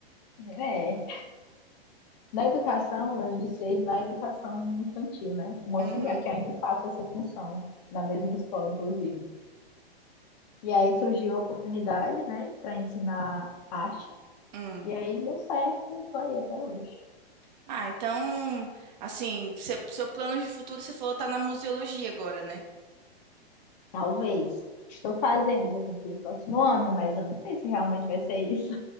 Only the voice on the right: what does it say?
Uhum.
Hum.
Ah, então, assim, seu, seu plano de futuro, você falou, tá na museologia agora, né?